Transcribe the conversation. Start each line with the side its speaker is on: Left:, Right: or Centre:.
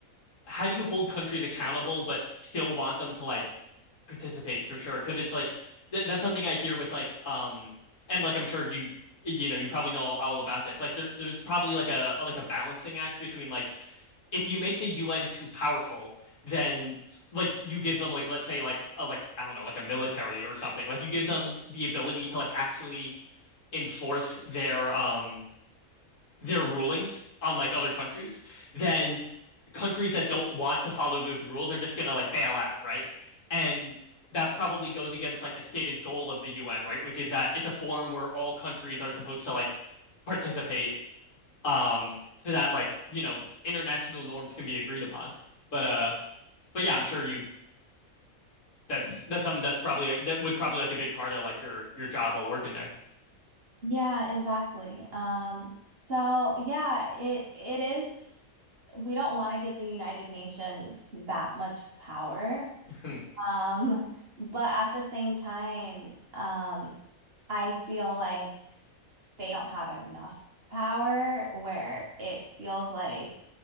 Left: how do you hold countries accountable but still want them to like participate for sure? Because it's like th that's something I hear with like um and like I'm sure you you know you probably know all, all about this. Like there there's probably like a, a like a balancing act between like if you make the UN too powerful, then like you give them like let's say like a like I don't know like a military or something. Like you give them the ability to like actually enforce their um their rulings on like other countries. Then countries that don't want to follow those rules are just going to like bail out, right? And that probably goes against like the stated goal of the UN, right? Which is that it's a forum where all countries are supposed to like participate, um, so that like, you know, international norms can be agreed upon. But uh but yeah, I'm sure you that's that's something that's probably like that was probably like a big part of like your your job while working there.
Right: Yeah, exactly. Um, so yeah, it it is. We don't want to give the United Nations that much power.
Left: <laughs> Hmm,
Right: Um, but at the same time, um, I feel like they don't have enough power where it feels like